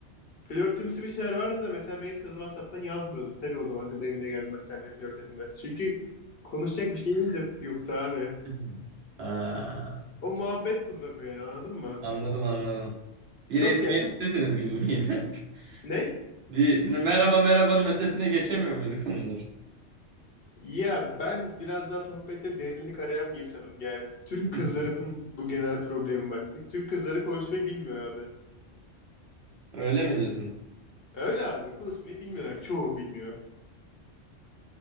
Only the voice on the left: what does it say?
flörtümsü bir şeyler vardı da mesela ben hiç kızı WhatsApp'tan yazmıyordum. Tabii o zaman kız evine gelmez, seninle flört etmez. Çünkü konuşacak bir şeyimiz yok, yoktu abi.
O muhabbet kurulamıyor yani anladın mı?
Çok
ya çok-
ne?
Ya ben biraz daha sohbette derinlik arayan bir insanım. Yani Türk
kızlarının bu genel problemi var. Türk kızları konuşmayı bilmiyor abi.
Öyle abi konuşmayı bilmiyorlar. Çoğu bilmiyor.